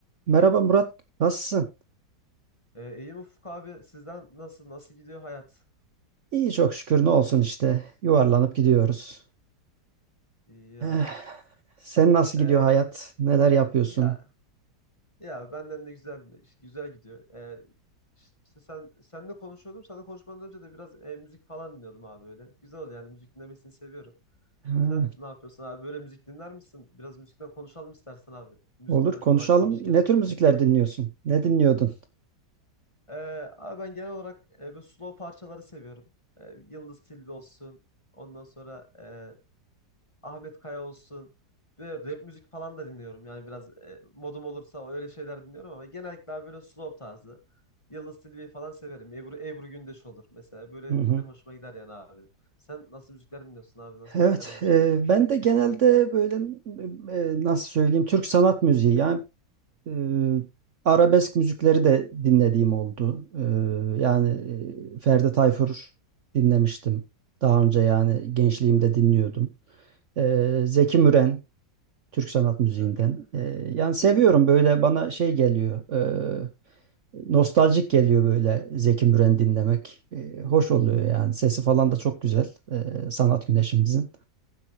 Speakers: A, on the right (about 55°); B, on the left (about 20°).
A: Merhaba Murat, nasılsın?
B: Ee, iyiyim Ufuk abi. Sizden nasıl nasıl gidiyor hayat?
A: İyi çok şükür ne olsun işte. Yuvarlanıp gidiyoruz.
B: İyi
A: Eh,
B: abi.
A: sen nasıl
B: Ee,
A: gidiyor hayat? Neler yapıyorsun?
B: ya ya benden de güzel güzel gidiyor. Ee, iş- işte sen senle konuşuyordum. Sana konuşmadan önce de biraz e, müzik falan dinliyordum abi böyle. Güzel oldu yani müzik dinlemesini seviyorum.
A: Ha,
B: Sen ne yapıyorsun abi? Böyle müzik dinler misin? Biraz müzikten konuşalım istersen abi. Müzikten
A: olur konuşalım.
B: konu açılmışken.
A: Ne tür müzikler dinliyorsun? Ne dinliyordun?
B: Ee, abi ben genel olarak e, böyle slow parçaları seviyorum. Ee, Yıldız Tilbe olsun. Ondan sonra e, Ahmet Kaya olsun. Böyle rap müzik falan da dinliyorum. Yani biraz e, modum olursa öyle şeyler dinliyorum ama genellikle abi böyle slow tarzı. Yıldız Tilbe'yi falan severim. Ebru, Ebru Gündeş olur mesela. Böyle
A: Hı hı.
B: müzikler hoşuma gider yani abi. Sen nasıl müzikler dinliyorsun abi? Nasıl
A: Evet,
B: müziklerden hoşlanıyorsun?
A: e, ben de genelde böyle e, nasıl söyleyeyim Türk sanat müziği. Yani Eee, arabesk müzikleri de dinlediğim oldu. Eee, yani eee, Ferdi Tayfur dinlemiştim. Daha önce yani gençliğimde dinliyordum. Eee, Zeki Müren Türk sanat müziğinden.
B: Evet.
A: Eee, yani
B: Hı
A: seviyorum
B: hı.
A: böyle bana şey geliyor. eee, nostaljik geliyor böyle Zeki Müren dinlemek. Eee, hoş oluyor yani. Sesi falan da çok güzel. Eee, sanat güneşimizin.